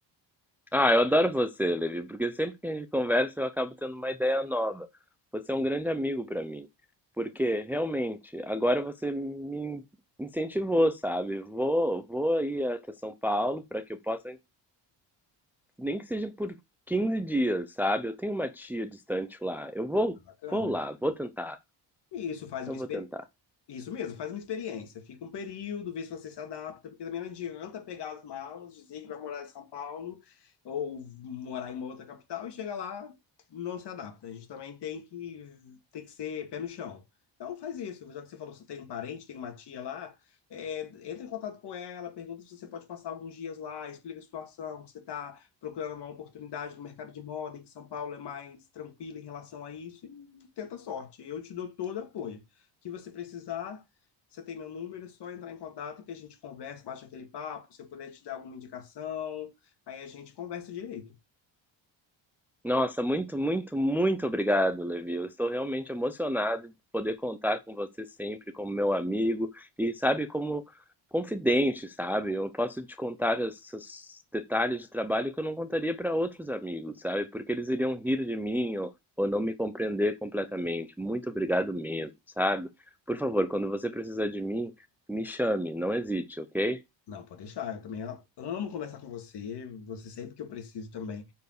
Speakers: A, in the centre; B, on the left.
A: Ah, eu adoro você, Levi, porque sempre que a gente conversa eu acabo tendo uma ideia nova. Você é um grande amigo para mim, porque realmente agora você me incentivou, sabe? Vou, vou aí até São Paulo para que eu possa, nem que seja por 15 dias, sabe? Eu tenho uma tia distante lá. Eu vou,
B: Bacana.
A: vou lá, vou tentar.
B: E isso faz uma
A: Eu
B: experiência.
A: vou tentar.
B: Isso mesmo, faz uma experiência. Fica um período, vê se você se adapta, porque também não adianta pegar as malas, dizer que vai morar em São Paulo ou morar em uma outra capital e chega lá, não se adapta. A gente também tem que, tem que ser pé no chão. Então faz isso, já que você falou que você tem um parente, tem uma tia lá, é, entra em contato com ela, pergunta se você pode passar alguns dias lá, explica a situação, que você está procurando uma oportunidade no mercado de moda, e que São Paulo é mais tranquilo em relação a isso, e tenta a sorte. Eu te dou todo o apoio que você precisar, você tem meu número, é só entrar em contato que a gente conversa, bate aquele papo, se eu puder te dar alguma indicação, aí a gente conversa direito.
A: Nossa, muito, muito, muito obrigado, Levi. Eu estou realmente emocionado de poder contar com você sempre como meu amigo e, sabe, como confidente, sabe? Eu posso te contar esses detalhes de trabalho que eu não contaria para outros amigos, sabe? Porque eles iriam rir de mim ou, ou não me compreender completamente. Muito obrigado mesmo, sabe? Por favor, quando você precisar de mim, me chame, não hesite, ok?
B: Não, pode deixar, eu também amo conversar com você, você sempre que eu preciso também,